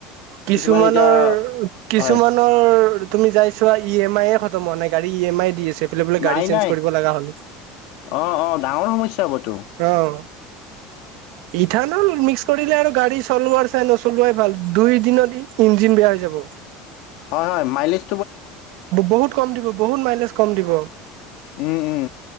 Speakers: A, on the right; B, on the left.
A: কিছুমানৰ-কিছুমানৰ
B: কিছুমানে এতিয়া হয়
A: তুমি যাইছোৱা ই এম আইৰ মানে গাড়ী ই এম আই দি আছে। সেইফালে বোলে
B: নাই
A: গাড়ী চেঞ্জ
B: নাই
A: কৰিব লগা হ'ল।
B: অঁ অঁ ডাঙৰ সমস্যা হ'বতো
A: অঁ, ইঠানল মিক্স কৰিলে আৰু গাড়ী চলোৱাৰ চাই নচলোৱাই ভাল দুই দিনত ইঞ্জিন বেয়া হৈ যাব।
B: হয়-হয় মাইলেজ
A: বহুত কম দিব বহুত মাইলেজ কম দিব।
B: উম উম